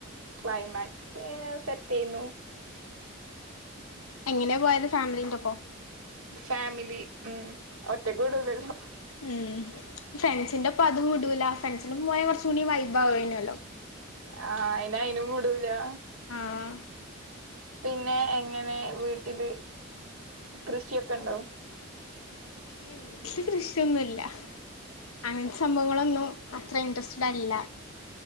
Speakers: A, on the right; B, on the left.
A: ക്ലൈമാറ്റ് ഒക്കേ സെറ്റേയ്ന്നു
B: എങ്ങനേ പോയത് ഫാമിലിന്റൊപ്പോ
A: ഫമിലി ഉം ഒറ്റക്ക് വ്ടുലല്ലോ
B: ഉം ഫ്രണ്ട്സിന്റെപ്പൊ അതും വിടൂല ഫ്രണ്ട്സിന്റൊപ്പം പോയാ കൊർചൂടി വൈഭാവോയ്നല്ലോ
A: ആ അയ്ന് അയ്നും വിടൂലാ
B: ആഹ്
A: പിന്നെ എങ്ങനെ വീട്ടില് കൃഷിയൊക്കെണ്ടോ?
B: ഏ വീട്ട്ല് കൃഷിയൊന്നുല്ല അങ്ങൻത്തെ സംഭവങ്ങളൊന്നും അത്ര ഇൻട്രസ്റ്റഡ് അല്ല